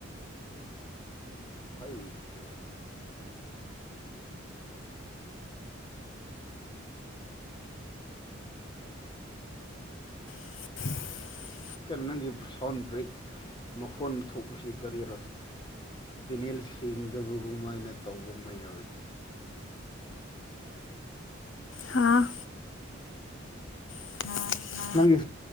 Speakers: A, on the left; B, on the left.
A: <inaudible>
B: <inaudible>
A: ꯀꯥ ꯅꯪꯒꯤ ꯁꯥꯎꯟ ꯕ꯭ꯔꯦꯛ ꯃꯈꯣꯟ ꯊꯣꯛꯄꯁꯤ ꯀꯔꯤꯔꯥ ꯆꯦꯅꯦꯜ ꯁꯦꯡꯗꯕꯒꯨꯃꯥꯏꯅ ꯇꯧꯕ ꯃꯥ ꯌꯥꯎꯋꯤ
B: ꯍꯥꯥ <inaudible>
A: ꯅꯪꯒꯤ